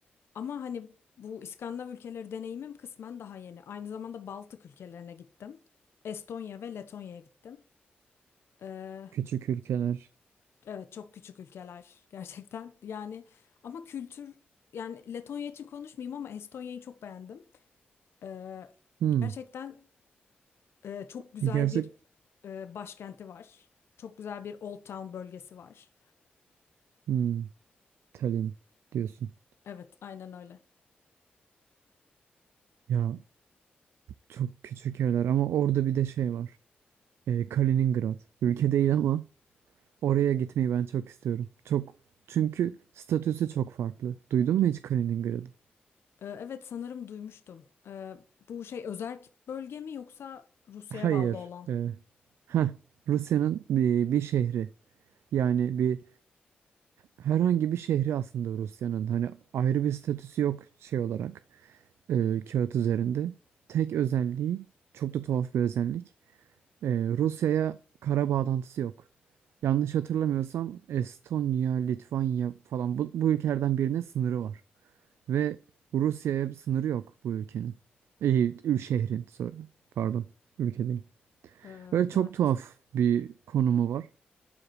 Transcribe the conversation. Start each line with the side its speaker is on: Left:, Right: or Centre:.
Left: Ama hani bu İskandinav ülkeleri deneyimim kısmen daha yeni. Aynı zamanda Baltık ülkelerine gittim. Estonya ve Letonya'ya gittim. Ee,
Right: Küçük ülkeler.
Left: evet çok küçük ülkeler <laughs> gerçekten. Yani ama kültür yani Letonya için konuşmayayım ama Estonya'yı çok beğendim. Ee,
Right: Hmm.
Left: gerçekten e, çok güzel
Right: e, Gerçek
Left: bir e, başkenti var. Çok güzel bir Old Town bölgesi var.
Right: hmm. Tallinn diyorsun.
Left: Evet aynen öyle.
Right: Ya çok küçük yerler ama orada bir de şey var. E, Kaliningrad. Ülke değil ama Oraya gitmeyi ben çok istiyorum. Çok çünkü statüsü çok farklı. Duydun mu hiç Kaliningrad'ı?
Left: Ee, evet sanırım duymuştum. Ee, bu şey özerk bölge mi yoksa Rusya'ya
Right: Hayır.
Left: bağlı olan?
Right: E, heh, Rusya'nın bir, bir şehri. Yani bir herhangi bir şehri aslında Rusya'nın. Hani ayrı bir statüsü yok şey olarak e, kağıt üzerinde. Tek özelliği çok da tuhaf bir özellik. E, Rusya'ya kara bağlantısı yok. Yanlış hatırlamıyorsam Estonya, Litvanya falan bu, bu ülkelerden birine sınırı var. Ve Rusya'ya bir sınırı yok bu ülkenin. İyi, ül- şehrin sorry. Pardon, ülke değil.
Left: Ee,
Right: Ve çok
Left: evet,
Right: tuhaf bir konumu var.